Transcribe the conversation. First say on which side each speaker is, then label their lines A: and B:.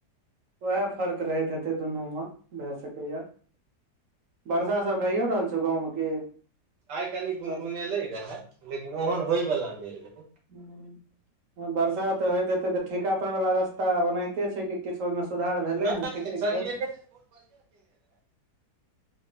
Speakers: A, on the right (about 55°); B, on the right (about 85°).
A: वहेए फर्क त रहैत हेतै दुनू मे भए सकैया वर्षा सब भइयो रहल छौ गाँवमे की
B: आइ कनि बुनबुनेले
A: बर्ष
B: रहे लेकिन ओहन होय बाला नहि रहे
A: हुँ बरसा तऽ होइत हेतै तऽ ठेका तर वला रस्ता ओनाहिते छै कि किछु ओहिमे सुधार
B: नहि
A: भेलै हन ठीक ठीक
B: सरियने
A: भेल
B: रहै बहुत बढ़िआँ केने रहै